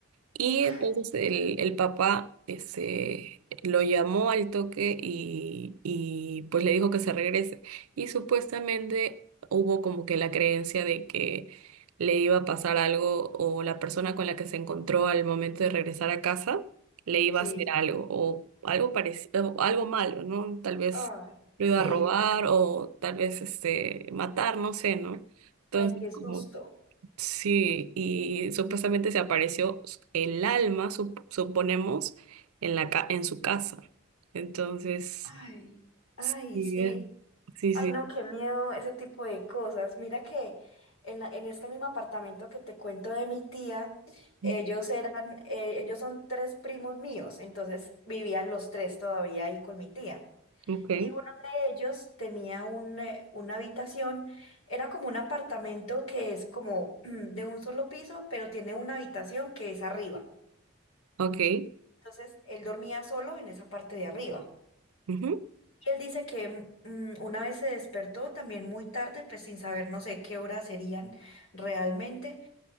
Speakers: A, on the right; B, on the left.
A: Y
B: Ay,
A: entonces el, el papá ese, lo llamó al toque y, y pues le dijo que se regrese. Y supuestamente hubo como que la creencia de que le iba a pasar algo o la persona con la que se encontró al momento de regresar a casa le iba
B: sí.
A: a hacer algo o algo parecido, algo malo, ¿no? Tal vez
B: Ah,
A: lo
B: sí,
A: iba a robar
B: ya-
A: o tal vez este, matar, no sé, ¿no? Entonces,
B: ay, qué susto.
A: como Sí, y supuestamente se apareció s- el alma, sup- suponemos, en la ca- en su casa. Entonces,
B: Ay, ay,
A: sí,
B: sí.
A: es- sí,
B: Ay,
A: sí.
B: no, qué miedo ese tipo de cosas. Mira que en, la- en este mismo apartamento que te cuento de mi tía,
A: <laughs>
B: ellos
A: Ujú.
B: eran, eh, ellos son tres primos míos, entonces vivían los tres todavía ahí con mi tía.
A: Ok,
B: Y uno de ellos tenía un, eh, una habitación, era como un apartamento que es como <clears throat> de un solo piso, pero tiene una habitación que es arriba.
A: ok,
B: Entonces él dormía solo en esa parte de arriba.
A: ujú,
B: Y él dice que mm, mm, una vez se despertó también muy tarde, pues sin saber no sé qué horas serían realmente,